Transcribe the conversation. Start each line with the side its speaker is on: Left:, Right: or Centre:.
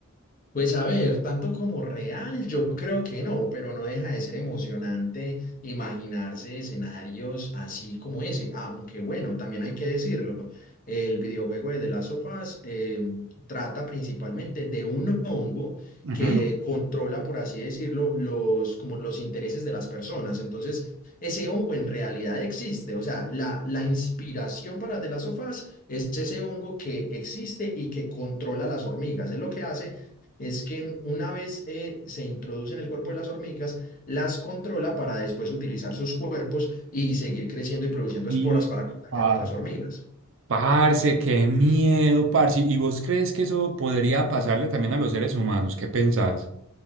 Left: Pues a ver, tanto como real, yo creo que no, pero no deja de ser emocionante imaginarse escenarios así como ese. Aunque bueno, también hay que decirlo, el videojuego de The Last of Us eh, trata principalmente de un hongo
Right: Ujú.
Left: que controla, por así decirlo, los, como los intereses de las personas. Entonces, ese hongo en realidad existe. O sea, la, la inspiración para The Last of Us es ese hongo que existe y que controla las hormigas. Es lo que hace es que una vez eh, se introduce en el cuerpo de las hormigas, las controla para después utilizar sus cuerpos y seguir creciendo y produciendo
Right: Y,
Left: esporas para contagiar
Right: ah,
Left: otras hormigas.
Right: parce, qué miedo, parce, ¿y vos crees que eso podría pasarle también a los seres humanos? ¿Qué pensás?